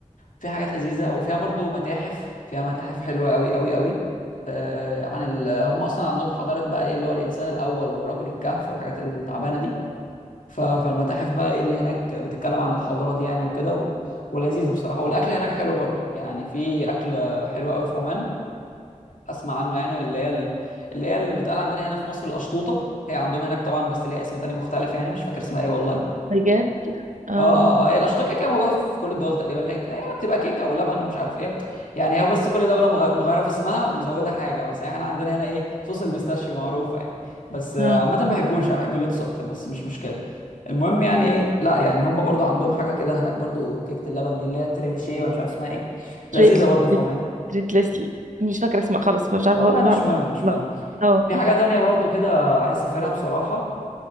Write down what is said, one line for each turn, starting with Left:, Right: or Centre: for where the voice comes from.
Left: في حاجات لذيذه وفيها برضو متاحف فيها متاحف حلوه قوي قوي قوي آه عن ال... هم اصلا عندهم حضاره بقى ايه اللي هو الانسان الاول ورجل الكهف والحاجات التعبانه دي ف... فالمتاحف بقى ايه اللي هناك بتتكلم عن الحضاره دي يعني وكده و... ولذيذه بصراحه والاكل هناك حلو برضو يعني في اكل حلو قوي في عمان اسمع عنه يعني اللي هي ال... اللي هي اللي بتقال عندنا هنا في مصر القشطوطه هي عندهم هناك طبعا بس ليها اسم تاني مختلف يعني مش فاكر اسمها ايه والله
Right: بجد اه
Left: اه اه هي الاشطه كده كده موجوده في كل الدول تقريبا لك هي بتبقى كيكه ولبن ومش عارف ايه يعني هي بس كل دوله مغ- مغيره في اسمها ومزوده حاجه مثلا يعني احنا عندنا هنا ايه صوص البيستاشيو معروفه يعني بس آه،
Right: اه
Left: عامه ما بحبوش انا بحب اللوتس اكتر بس مش مشكله المهم يعني ايه لا يعني هم برضو عندهم حاجه كده هناك برضو كيكه اللبن دي اللي هي تريليشيه ولا مش عارف اسمها ايه لذيذه
Right: تريت
Left: برضو في عمان
Right: تريت ليسلي مش فاكرة اسمها خلاص مش عارفة
Left: والله
Right: مش بعرف
Left: مش مهم مش
Right: أتلخبط.
Left: مهم
Right: اه
Left: في حاجة تانية برضو كده عايز اسافرها بصراحة